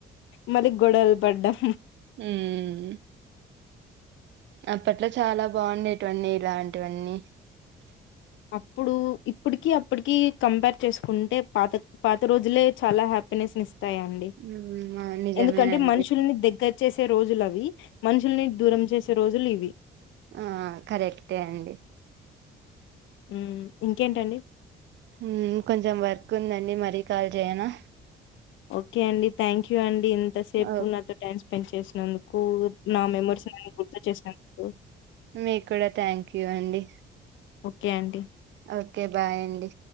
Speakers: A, on the left (about 75°); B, on the right (about 65°).
A: మరి గొడవలు పడడం
B: ఉమ్ అప్పట్లో చాలా బాగుండేటువన్నీ ఇలాంటివన్నీ
A: అప్పుడు ఇప్పటికి అప్పటికి కంపేర్ చేసుకుంటే పాత పాత రోజులే చాలా హ్యాపీనెస్ ని ఇస్త యండి
B: మ్మ్ ఆ నిజమేనండి
A: ఎందుకంటే మనుషులని దగ్గర చేసే రోజులు అవి మనుషుల్ని దూరం చేసే రోజులు ఇవి
B: ఆ కరెక్టే అండి
A: ఉమ్ ఇంకేంటండి
B: ఉ మ్ కొంచెం వర్క్ ఉందండి మరీ కాల్ చేయనా
A: ఓకే అండి థ్యాంక్ యూ థాంక్యూ అండి ఇంతసేపు
B: ఓ
A: నాతో టైం స్పెండ్ చేసినందుకు నా మెమరీస్ అని గుర్తు చేసినందుకు
B: మీ కూడా థ్యాంక్యూ అండి
A: ఓకే అండి
B: ఓకే బాయ్ అండి